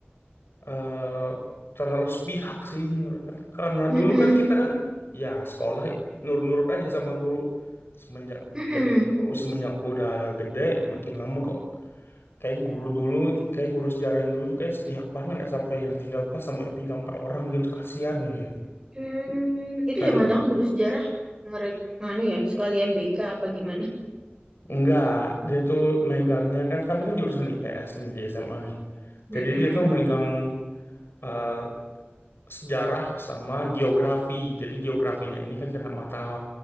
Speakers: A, on the left (about 70°); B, on the right (about 15°).
A: eh, terlalu sepihak sih menurut kan karena
B: mm-mm.
A: dulu kan kita kan ya sekolah nurut-nurut aja sama guru semenjak
B: Mm-mm.
A: gede, semenjak udah gede makin lama kok kayaknya guru dulu kayak guru sejarah yang dulu tuh kayak sepihak banget ya sampai yang tinggal kelas sampai tiga empat orang gitu kasihan gitu
B: Hmm, itu
A: kan
B: jangan-jangan guru sejarah ngerek nganu ya, sekalian BK apa gimana?
A: enggak dia tuh megangnya kan kami kan jurusan IPS nih di SMA nih
B: Mm-mm.
A: jadi dia tuh megang eh, sejarah sama geografi jadi geografinya ini kan kena mata